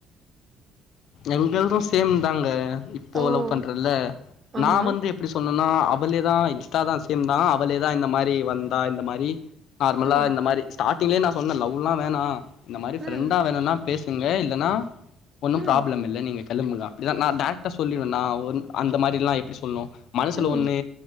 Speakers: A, on the left; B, on the right.
A: எங்கள்தூ சேம் தாங்க இப்போ
B: ஓ
A: லவ் பண்ற இல்ல
B: ஆமா
A: நா வந்து எப்டி சொன்னேன்னா ‌அவளே தா இன்ஸ்ட்டா தா சேம் தா அவளே தா இந்த மாரி வந்தா இந்த மாரி நார்மலா
B: ம்
A: இந்த மாரி ஸ்ட்டாட் ங்கே நா சொன்ன லவ்லா வேனா இந்த மாரி ஃப்ரெண்டா
B: ம்
A: வேணுண்ணா பேசுங்க இல்லன்னா
B: ம்
A: ப்ராப்ளமிள்ளா நீங்க கெளம்புங்க அப்டிதா நா டெரக்டா சொல்லிடுவே நா ஒர் அந்தமாரில்லா எப்டி சொல்ணு மனசுல
B: ம்
A: ஒன்னு